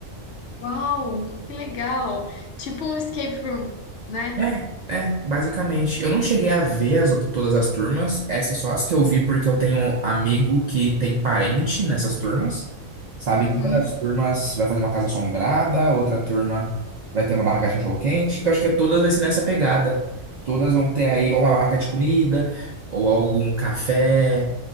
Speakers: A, on the left; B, on the right.
A: Uau, que legal! Tipo um escape room, né?
B: É, é, basicamente. Eu não cheguei a ver as, out- todas as turmas, essas só as que eu vi porque eu tenho amigo que tem parente nessas turmas. Sabe
A: Uhum.
B: que uma das turmas vai fazer uma casa assombrada, outra turma vai ter uma barraca de cachorro-quente. que Eu acho que todas vai ser nessa pegada. Todas vão ter aí ou uma barraca de comida, ou algum café.